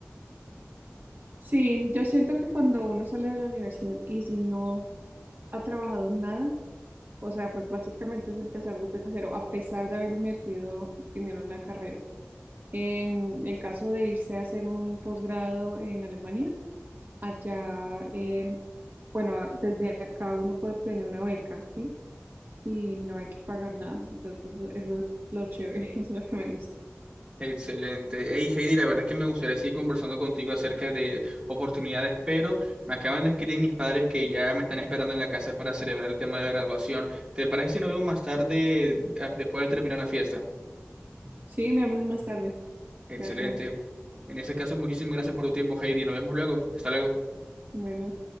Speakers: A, on the right (about 45°); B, on the right (about 20°).
A: Sí, yo siento que cuando uno sale de la universidad y si no ha trabajado en nada, o sea, pues básicamente es empezar desde cero, a pesar de haber invertido dinero en la carrera. En el caso de irse a hacer un posgrado en Alemania, allá, em, bueno, a- desde acá uno puede obtener una beca, ¿sí? Y no hay que pagar nada. Entonces, eso, eso es lo chévere, <laughs> es lo que me gusta.
B: Excelente. Hey Heidi, la verdad es que me gustaría seguir conversando contigo acerca de oportunidades, pero me acaban de escribir mis padres que ya me están esperando en la casa para celebrar el tema de graduación. ¿Te parece si nos vemos más tarde, a- después de terminar la fiesta?
A: Sí, me hablamos más tarde.
B: Excelente.
A: Cuídate mucho.
B: En ese caso, muchísimas gracias por tu tiempo, Heidi. Nos vemos luego. Hasta luego.
A: Bueno.